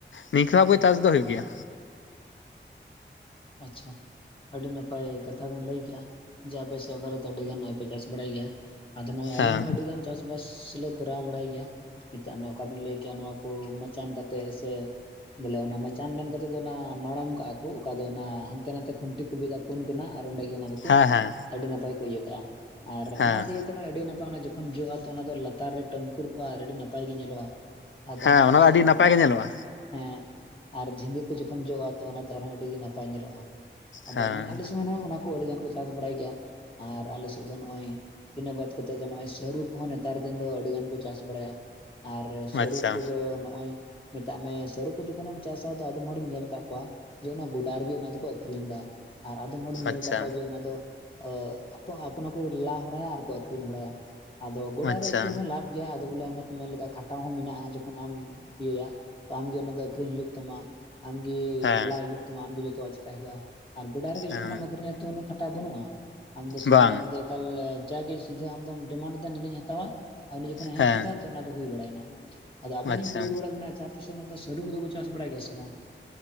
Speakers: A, on the left (about 70°); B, on the left (about 25°).
A: ᱱᱤᱝᱠᱟᱹ <unintelligible> ᱪᱟᱥ ᱫᱚ ᱦᱩᱭᱩᱜ ᱜᱮᱭᱟ᱾
B: ᱟᱪᱪᱷᱟ ᱟᱹᱰᱤ ᱱᱟᱯᱟᱭ ᱠᱟᱛᱷᱟ ᱵᱮᱱ ᱞᱟᱹᱭ ᱠᱮᱜᱼᱟ᱾ ᱡᱟ ᱟᱯᱮᱥ ᱥᱮᱫ ᱵᱟᱨᱮ ᱛᱮ ᱟᱹᱰᱤ ᱜᱟᱱ ᱱᱚᱜᱚᱭ ᱯᱮ ᱪᱟᱥ ᱵᱟᱲᱟᱭ ᱜᱮᱭᱟ ᱟᱫᱚ ᱱᱚᱜᱚᱭ ᱟᱞᱮ
A: ᱦᱮᱸ
B: ᱦᱚᱸ ᱟᱹᱰᱤ ᱜᱟᱱ ᱪᱟᱥ᱾ ᱪᱟᱥ ᱵᱟᱥ ᱞᱮ ᱠᱚᱨᱟᱣ ᱵᱟᱲᱟᱭ ᱜᱮᱭᱟ ᱢᱮᱛᱟᱜ ᱢᱮ ᱚᱠᱟ ᱵᱮᱱ ᱞᱟᱹᱭ ᱠᱮᱜᱼᱟ ᱱᱚᱣᱟ ᱠᱚ ᱢᱟᱪᱟᱱ ᱠᱟᱛᱮᱫ ᱥᱮ᱾ ᱵᱚᱞᱮ ᱚᱱᱟ ᱢᱟᱪᱟᱱ ᱢᱮᱱ ᱠᱟᱛᱮ ᱫᱚ ᱚᱱᱟ ᱢᱟᱲᱚᱢ ᱠᱟᱜᱼᱟ ᱠᱚ ᱚᱠᱟ᱾ ᱚᱱᱟ ᱦᱟᱱᱛᱮ ᱱᱟᱛᱮ ᱠᱷᱩᱱᱴᱤ ᱠᱚ ᱵᱤᱫᱟ ᱯᱩᱱ ᱠᱷᱚᱱᱟᱜ ᱟᱨ ᱚᱸᱰᱮ ᱜᱮ ᱚᱱᱟ ᱫᱚ ᱠᱚ
A: ᱦᱮᱸ ᱦᱮᱸ
B: ᱟᱹᱰᱤ ᱱᱟᱯᱟᱭ ᱠᱚ ᱤᱭᱟᱹ ᱠᱟᱜᱼᱟ᱾ ᱟᱨ
A: ᱦᱮᱸ
B: ᱚᱱᱟ ᱫᱤᱭᱟᱹ ᱛᱮ ᱟᱹᱰᱤ ᱱᱟᱯᱟᱭ ᱚᱱᱟ ᱡᱚᱠᱷᱚᱱ ᱡᱚᱜᱼᱟ ᱛᱚ ᱚᱱᱟ ᱫᱚ ᱞᱟᱛᱟᱨ ᱨᱮ ᱴᱟᱹᱢᱠᱩᱨ ᱠᱚᱜᱼᱟ ᱟᱨ ᱟᱹᱰᱤ ᱱᱟᱯᱟᱭ ᱜᱮ ᱧᱮᱞᱚᱜᱼᱟ᱾ ᱟᱫᱚ
A: ᱦᱮᱸ
B: ᱱᱚᱜᱚᱭ
A: ᱚᱱᱟ
B: ᱟᱞᱮ
A: ᱫᱚ
B: ᱥᱮᱫ
A: ᱟᱹᱰᱤ
B: ᱦᱚᱸ
A: ᱱᱟᱯᱟᱭ ᱜᱮ ᱧᱮᱞᱚᱜᱼᱟ
B: <unintelligible> ᱦᱮᱸ ᱟᱨ ᱡᱷᱤᱸᱜᱟᱹ ᱠᱚ ᱡᱚᱠᱷᱚᱱ ᱡᱚᱜᱼᱟ ᱛᱚ ᱚᱱᱟ ᱫᱚ ᱟᱨ ᱦᱚᱸ ᱟᱹᱰᱤ ᱜᱮ ᱱᱟᱯᱟᱭ ᱧᱮᱞᱚᱜᱼᱟ᱾ ᱟᱫᱚ
A: ᱦᱮᱸ
B: ᱱᱚᱜ ᱚᱭ ᱟᱞᱮ ᱥᱮᱫ ᱦᱚᱸ ᱚᱱᱟ ᱠᱚ ᱟᱹᱰᱤ ᱜᱟᱱ ᱠᱚ ᱪᱟᱥ ᱵᱟᱲᱟᱭ ᱜᱮᱭᱟ ᱟᱨ ᱟᱞᱮ ᱥᱮᱫ ᱫᱚ ᱱᱚᱜᱼᱚᱭ ᱤᱱᱟᱹ ᱵᱟᱫ ᱠᱟᱛᱮᱫ ᱫᱚ ᱱᱚᱜᱼᱚᱭ ᱥᱟᱹᱨᱩ ᱠᱚ ᱦᱚᱸ ᱱᱮᱛᱟᱨ ᱫᱤᱱ ᱫᱚ ᱟᱹᱰᱤ ᱜᱟᱱ ᱠᱚ ᱪᱟᱥ ᱵᱟᱲᱟᱭᱟ᱾ ᱟᱨ ᱥᱟᱹᱨᱩ
A: ᱟᱪᱪᱷᱟ
B: ᱠᱚᱫᱚ ᱱᱚᱜᱼᱚᱭ ᱢᱮᱛᱟᱜ ᱢᱮ ᱥᱟᱹᱨᱩ ᱠᱚ ᱡᱚᱠᱷᱚᱱ ᱮᱢ᱾ ᱪᱟᱥ ᱫᱚ ᱟᱫᱚᱢ ᱦᱚᱲᱤᱧ ᱧᱮᱞ ᱟᱠᱟᱫ ᱠᱚᱣᱟ ᱡᱮ ᱚᱱᱟ ᱜᱚᱰᱟ ᱨᱮ ᱜᱮ ᱚᱱᱟ ᱫᱚ ᱠᱚ ᱟᱠᱷᱨᱤᱧ ᱮᱫᱟ᱾ ᱟᱨ ᱟᱫᱚᱢ ᱦᱚᱲᱤᱧ ᱧᱮᱞ
A: ᱟᱪᱪᱷᱟ
B: ᱟᱠᱟᱫ ᱠᱚᱣᱟ ᱡᱮ ᱚᱱᱟ ᱫᱚ <unintelligible> <unintelligible> ᱦᱚᱨᱟᱭᱟ ᱟᱨ ᱟᱠᱷᱨᱤᱧ ᱦᱚᱨᱟᱭᱟ ᱟᱫᱚ ᱜᱚᱰᱟ
A: ᱟᱪᱪᱷᱟ
B: ᱨᱮ ᱟᱠᱷᱨᱤᱧ ᱦᱚᱸ <unintelligible> ᱜᱮᱭᱟ ᱟᱫᱚ ᱵᱚᱞᱮ ᱚᱱᱟ ᱠᱚ ᱢᱮᱱ ᱞᱮᱠᱟ ᱠᱷᱟᱴᱟᱣ ᱦᱚᱸ ᱢᱮᱱᱟᱜᱼᱟ ᱡᱚᱠᱷᱚᱱ ᱟᱢ ᱤᱭᱟᱹᱭᱟ᱾ ᱛᱟ ᱟᱢ ᱜᱮ ᱚᱱᱟ ᱫᱚ ᱟᱹᱠᱷᱨᱤᱧ ᱦᱩᱭᱩᱜ ᱛᱟᱢᱟ ᱟᱢ ᱜᱮ
A: ᱦᱮᱸ
B: ᱞᱟᱭ ᱦᱩᱭᱩᱜ ᱛᱟᱢᱟ ᱟᱢ ᱜᱮ ᱡᱚᱛᱚᱣᱟᱜ ᱪᱤᱠᱟᱭ ᱦᱩᱭᱩᱜᱼᱟ᱾ ᱟᱨ ᱜᱚᱰᱟ ᱨᱮᱜᱮ
A: ᱦᱮᱸ
B: ᱡᱚᱠᱷᱚᱱᱢ ᱟᱹᱠᱷᱨᱤᱧᱟ ᱛᱚ, ᱩᱱᱟᱹᱜ ᱠᱷᱟᱴᱟᱣ ᱵᱟᱹᱱᱩᱜᱼᱟ᱾ ᱟᱢ ᱫᱚ ᱥᱤᱫᱷᱟᱹ
A: ᱵᱟᱝ
B: ᱟᱢ ᱫᱚ ᱮᱠᱟᱞ ᱡᱟᱜᱮ ᱥᱤᱫᱷᱟᱹ ᱟᱢᱫᱚᱢ ᱰᱤᱢᱟᱱᱰ ᱮᱫᱟ ᱱᱤᱱᱟᱹᱜ ᱤᱧ ᱦᱟᱛᱟᱣ, ᱟᱨ ᱩᱱᱤ ᱡᱚᱠᱷᱚᱱᱮ ᱦᱮᱸᱜ
A: ᱦᱮᱸ
B: ᱠᱮᱫᱟ ᱛᱚ ᱚᱱᱟ ᱫᱚ ᱦᱩᱭ ᱵᱟᱲᱟᱭᱱᱟ, ᱟᱫᱚ ᱟᱵᱮᱱᱤᱧ
A: ᱟᱪᱪᱷᱟ
B: ᱠᱩᱞᱤ ᱨᱩᱣᱟᱹᱲᱮᱜ ᱵᱮᱱᱟ, ᱟᱪᱪᱷᱟ ᱟᱯᱮ ᱥᱮᱱ ᱟᱫᱚ ᱥᱟᱹᱨᱤ ᱠᱚᱫᱚ ᱠᱚ ᱪᱟᱥ ᱵᱟᱲᱟᱭ ᱜᱮᱭᱟ ᱥᱮ ᱵᱟᱝ?